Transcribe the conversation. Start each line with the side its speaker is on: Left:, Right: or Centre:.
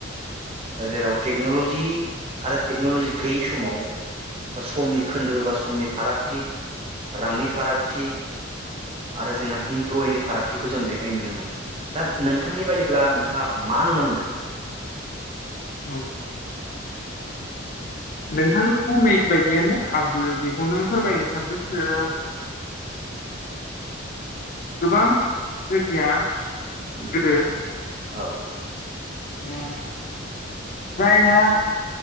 Right: दा जेराव टेक्न'लजि आरो टेक्न'ल'जि गैयै समाव समनि खोन्दो बा समनि फाराग थि रांनि फाराग थि आरो जोंहा इमप्लयनि फारागथिखौ जों बेवहाय नुनो मोनो। दा नोंथांनि बाददिब्ला नोंथाङा। मा नुनो मोनदों?
Left: औ नोंथांनि बुंनाय बायदियानो। आंबो बेखौनो फोरमायगोन‌ सान ओम गोबां गोदिया
Right: उम
Left: गोदो।
Right: औ
Left: ओम जायहा